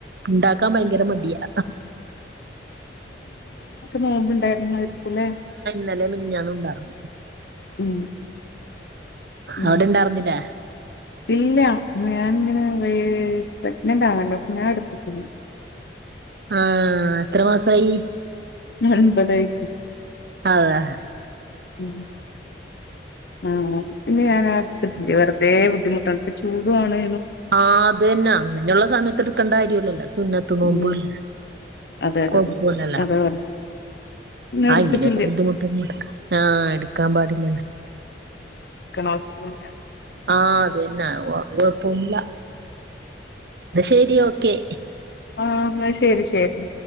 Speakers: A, on the right; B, on the left.
A: ഉണ്ട ഭയങ്കര
B: അതെ
A: മണ്ടിയാ
B: നോമ്പണ്ടായിരുന്നായിരിക്കുംല്ലെ
A: ഇന്നലെ മിനിഞ്ഞാന്നും ഉണ്ടായിരുന്നു
B: ഉം ഉം
A: അവിടെ ഇണ്ടാർന്നില്ലേ
B: ഇല്ല ഞാനിങ്ങനെ പ്രെഗ്നന്റ് ആണല്ലോഞാൻ എടുത്തിട്ടില്ല
A: ആഹ എത്ര മാസായി
B: ഒമ്പതായി
A: അതാ
B: ഉ ആ പിന്നെ ഞാൻ ഇട്ത്തിട്ടില്ല വെറ ആദ്യേ ബുദ്ധിമുട്ടാണ് ഇപ്പൊ ചൂടാണ്
A: ആഹ അദെന്നെ അങ്ങനെയുള്ള സമയത്ത് എടുക്കേണ്ട കാര്യല്ലല്ലോ സുന്നത്ത് നോമ്പ്
B: ഉം
A: അല്ലേ
B: അതെ അതെ
A: കൊയപ്പല്ലല്ലോ
B: അതെ അതാ പറഞ്ഞെ പിന്നെ
A: ആ
B: എടുത്തിട്ടില്ല
A: ഇങ്ങനെയൊക്കെ ബുദ്ധിമുട്ട് ആഹ എടുക്കാൻ പാടില്ലല്ലോ
B: അ <unintelligible>
A: ആഹ അതന്നെ അത് കൊഴപ്പന്നുല്ല ന്നാ ശരി ഓക്കെ
B: ആഹ എന്നാ ശരി ശരി